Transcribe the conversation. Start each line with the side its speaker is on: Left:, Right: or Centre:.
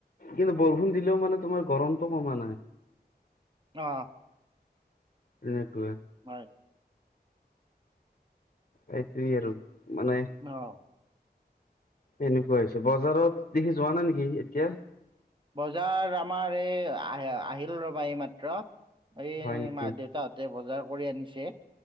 Left: কিন্তু বৰষুণ দিলেওঁ মানে তোমাৰ গৰমতো কমা নাই।
Right: অ!
Left: <unintelligible> সেইটোৱে।
Right: হয়।
Left: সেইটোৱে আৰু মানে
Right: অ'হ
Left: এনেকুৱা আহিছে, বজাৰত সি যোৱা নাই নেকি সি এতিয়া।
Right: বজাৰ আমাৰ এই আ আহিলোঁ ৰবা এইমাত্ৰ। এই
Left: হয় নেকি
Right: মা দেউতাহঁতে বজাৰ কৰি আনিছে।